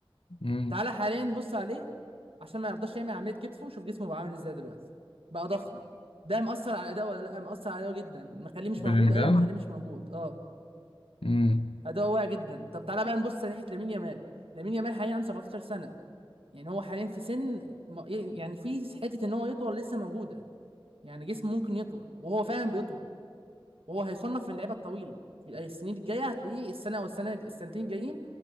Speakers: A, on the left (about 80°); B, on the right (about 85°).
A: مم.
B: تعالى حاليا بص عليه عشان ما يرضاش يعمل عمليه كتفه وشوف جسمه بقى عامل ازاي دلوقتي بقى ضخم ده مأثر على اداؤه ولا لا مأثر على اداؤه جدا مخليه مش
A: بلينجهام
B: موجود ايوه مخليه مش موجود اه
A: امم
B: اداؤه واقع جدا طب تعالى بقى نبص ناحيه لامين يامال لامين يامال حاليا عنده 17 سنه يعني هو حاليا في سن ما- يعني في حته ان هو يطول لسه موجوده يعني جسمه ممكن يطول وهو فعلا بيطول وهو هيصنف من اللعيبه الطويله في السنين الجايه هتلاقيه السنه او السنه السنتين الجايين